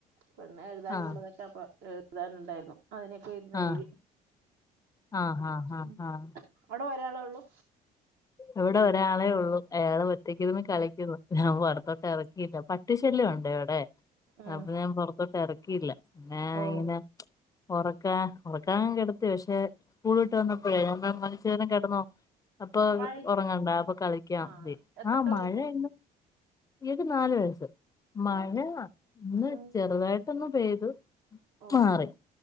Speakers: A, on the right (about 80°); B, on the left (about 20°).
A: പെണ്ണ എഴുതാനുള്ളതൊക്കെ
B: ആഹ്
A: അപ്പ എഴുതാനുണ്ടായിരുന്നു അതിനൊക്കെ ഇരുന്ന
B: ആഹ്
A: എഴുതി.
B: ആഹ് ആഹ് ആഹ്
A: ഉം
B: ആഹ്
A: അവിടെ ഒരാളേ ഉള്ളു
B: ഇവിടെ ഒരാളെ ഉള്ളു അയാളെ ഒറ്റയ്ക്കിരുന്ന് കളിക്കുന്നു. ഞാൻ പുറത്തോട്ട് ഇറക്കില്ല ട്ടിശല്യം ഉണ്ട് അവിടെ
A: ഉം
B: അപ്പൊ ഞാൻ പൊറത്തോട്ട് എറക്കിയില്ല ഏ
A: ഓ
B: ഇങ്ങന ഒറക്കാ ഒറക്കാൻ കെട്ത്തി പക്ഷെ സ്കൂളിട്ട് വന്നപ്പോഴേ ഞ <unintelligible> ച്ചേരം കെടന്നോ അപ്പൊ
A: മഴ
B: ഒറങ്ങണ്ട
A: ആ
B: അപ്പൊ കളിക്കാം
A: ആ എത്ര
B: ആ മഴയന്ന്
A: വയസായി
B: ഏത് നാലു വയസ്സ് മഴ
A: ഓ
B: ഇന്ന്
A: ഉം
B: ചെറുതായിട്ടൊന്നു പെയ്തു
A: ഓ
B: മാറി